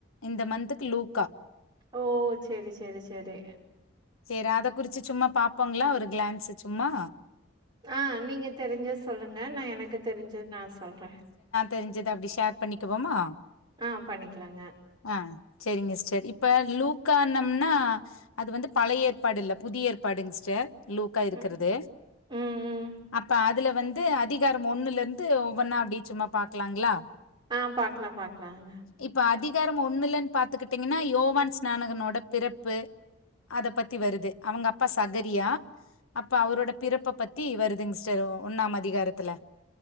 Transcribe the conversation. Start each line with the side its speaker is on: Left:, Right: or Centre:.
Left: இந்த மந்த்துக்கு லூக்கா
Right: ஓ செரி செரி செரி
Left: சேரி அத குறிச்சு சும்மா பாப்போங்களா ஒரு கிளான்ஸ் சும்மா
Right: ஆ நீங்க தெரிஞ்ச சொல்லுங்க நா எனக்கு தெரிஞ்சது நா சொல்ற
Left: தெரிஞ்சது அப்டி ஷேர் பண்ணிக்குவோமா
Right: ஆ பண்ணிக்கலாங்க
Left: ஆ செரிங்க சிஸ்டர் இப்ப லூக்கான்னம்னா அது வந்து பழைய ஏற்பாடு இல்ல புதிய ஏற்பாடுங்க சிஸ்டர் லூக்கா இருக்கிறது
Right: ம் ம் ம்
Left: அப்ப அதுல வந்து அதிகாரம் ஒண்ணுல இருந்து ஒவ்வொன்னா அப்டியே சும்மா பாக்கலாங்களா
Right: ஆ பாக்கலா பாக்கலாங்க
Left: இப்ப அதிகாரம் ஒண்ணுல்லன்னு பாத்துகிட்டீங்கன்னா யோவான் ஸ்நானகனோட பிறப்பு அத பத்தி வருது அவங்க அப்பா சகரியா அப்ப அவரோட பிறப்ப பத்தி வருதுங்க சிஸ்டர் ஒன்னாம் அதிகாரத்துல